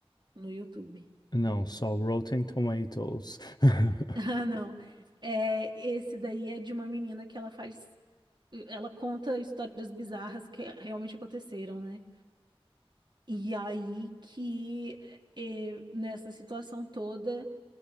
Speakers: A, on the right; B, on the left.
A: no YouTube. <laughs>
B: Não, só Rotten Tomatoes. <laughs>
A: Ah, não. É, esse daí é de uma menina que ela faz, ela conta histórias bizarras que realmente aconteceram, né? E aí que eh, nessa situação toda